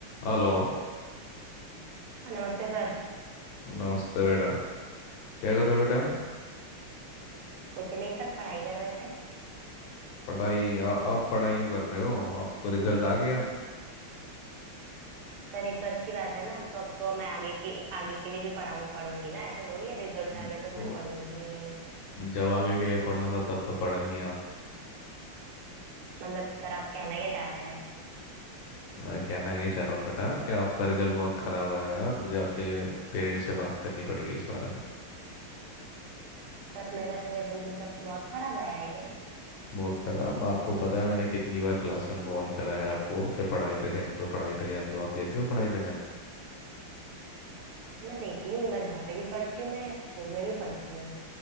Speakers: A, on the left; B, on the right.
A: Hello
B: हाँ, नमस्ते सर
A: नमस्ते बेटा क्या कर रहे हो बेटा
B: कुछ नहीं सर पढ़ाई कर रहे थे
A: पढ़ाई आ, अब पढ़ाई क्यों कर रहे हो अब तो रिजल्ट आ गया
B: सर ये तो अच्छी बात है ना तो अब तो मैं आगे की आगे के लिए भी पढ़ाऊँ पढ़ूंगी ना ऐसा थोड़ी है रिजल्ट
A: हम्म,
B: आ गया तो
A: तो
B: मैं पढ़ूंगी ही नहीं
A: जब आगे के लिए पढ़ना था तब तो पढ़े नहीं आप
B: मतलब सर आप कहना क्या चाह रहे हैं
A: मैं कहना ये चाह रहा हूँ बेटा कि आपका रिजल्ट बहुत ख़राब आया है और मुझे आपके पेरेंट्स से बात करनी पड़ेगी इस बारे में
B: सर मेरा रिजल्ट मतलब बहुत खराब आया है क्या
A: बहुत ख़राब आपको पता है मैंने कितनी बार क्लास में वार्न करा है आपको कि पढ़ाई पे ध्यान दो पढ़ाई पे ध्यान दो आप देते हो पढ़ाई पे ध्यान
B: सर मैं देती हूँ मैं घर पे भी पढ़ती हूँ मैं स्कूल में भी पढ़ती हूँ